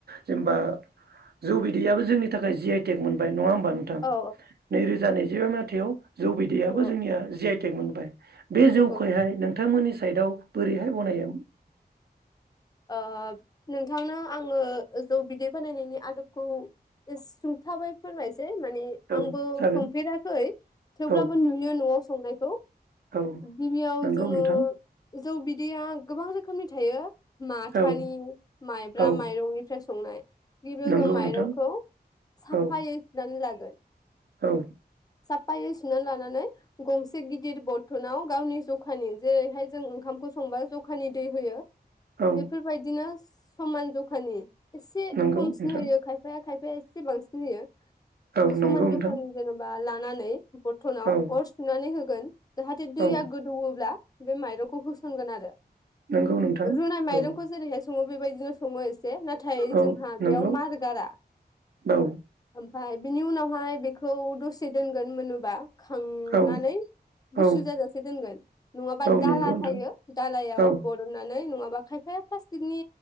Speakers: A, on the right; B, on the left.
A: जेनेबा जौ बिदैयाबो जोंनि थाखाय जि आइटेक मोनबाय । नङा होमबा नोंथां
B: औ
A: नैरोजा नैज <unintelligible> माइथायाव जौ बिदैयाबो
B: नंगौ
A: जोंनिया जि आइट थेक मोनबाय । बे
B: नंगौ
A: जौखौहाय नों नोंथांमोननि साइदआव बोरैहाय बनायो ।
B: ओ नोंथांनो आङो जौ बिदै बानायनायनि आदबखौ सुंथाबाय फोरमानसै । माने
A: औ
B: आंबो
A: जागोन
B: संफेराखै थेवबो
A: औ
B: नुयो न'आव संनायखौ ।
A: औ
B: गिबियाव
A: नंगौ
B: जोङो
A: नोंथां
B: । जौ बिदैया गोबां रोखोमनि थायो । माथानि
A: औ
B: माइब्रा
A: औ
B: माइरंनिफ्राय सं संनाय । जेबो
A: नंगौ
B: जों माइरंखौ
A: नोंथां
B: साफायै
A: औ
B: सुनानै लागो <inaudible>
A: औ ।
B: साफायै सुनानै लानानै गंसे गिदिर बर्थनाव गावनि जखानि जेरैहाय जों ओंखामखौ संबा जखानि दै होयो ।
A: औ
B: बेफोर बायदिनो समान जखानि एसे
A: नंगौ
B: खमसिन
A: नोंथां
B: होयो खायफाया खायफा सेएसे बांसिन होयो
A: औ
B: समान
A: नंगौ
B: जखानि
A: नोंथां
B: जोनोम बा लानानै बथनाव
A: औ
B: अर सुनानै हो गोन जाहाथे दैया
A: औ
B: गोदौओब्ला बे माइरंखौ होसनगोन आरो
A: नंगौ नोंथां
B: रुनाय माइरंखौ
A: औ
B: जेरैहाय संङो बे बे बायदिनो संङोज जे नाथाय
A: औ
B: जोंहा बेयाव
A: नंगौ
B: मारगारा
A: औ
B: फाय बिनि उनावहाय बेखौ दसे दोनगोन मोनोबा खांनानै
A: औ
B: गुसु
A: औ
B: जाजासे दोनगोन नङाबा
A: औ
B: दाला
A: नंगौ
B: थायो
A: नोंथां
B: दालायाव
A: औ
B: बरननानै नङा बा खायफाया फास्टिकनि